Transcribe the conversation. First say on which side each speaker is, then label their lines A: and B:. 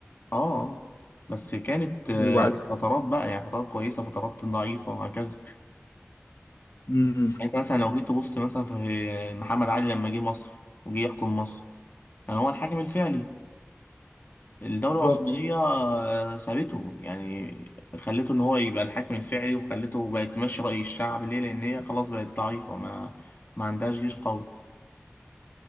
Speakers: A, on the left; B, on the left.
A: آه آه. بس كانت آه،
B: وبعد
A: فترات بقى يعني فترات كويسة فترات ضعيفة وهكذا
B: امم
A: يعني أنت مثلا لو جيت تبص مثلا في محمد علي لما جه مصر وجه يحكم مصر يعني هو الحاكم الفعلي الدولة
B: بالظبط
A: العثمانية آه، سابته يعني خلته إن هو يبقى الحاكم الفعلي وخلته بقت تمشي رأي الشعب ليه لأن هي خلاص بقت ضعيفة ما ما عندهاش جيش قوي